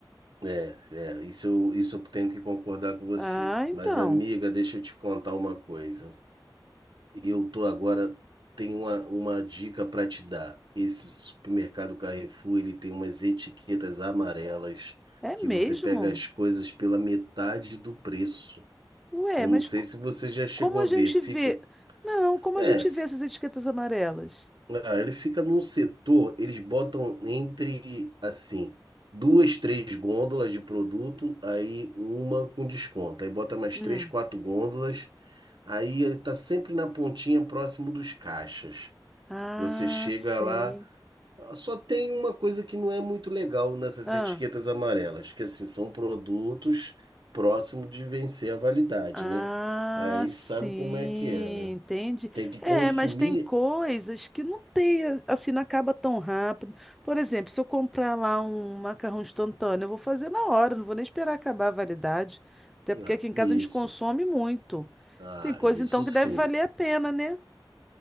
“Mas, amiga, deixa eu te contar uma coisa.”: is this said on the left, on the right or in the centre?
Right